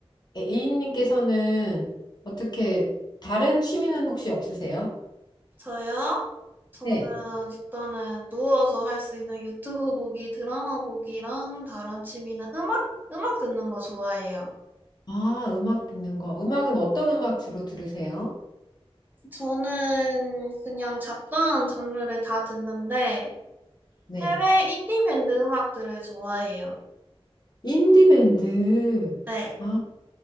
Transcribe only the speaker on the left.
A님께서는 어떻게 다른 취미는 혹시 없으세요?
네.
아, 음악 듣는 거. 음악은 어떤 음악 주로 들으세요?
네.
인디밴드.
아,